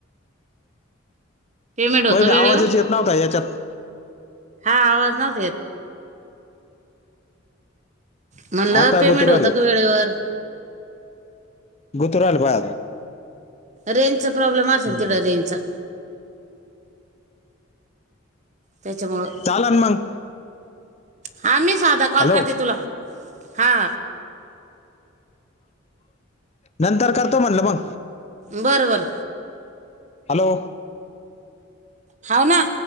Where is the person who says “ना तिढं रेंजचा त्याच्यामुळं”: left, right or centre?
Right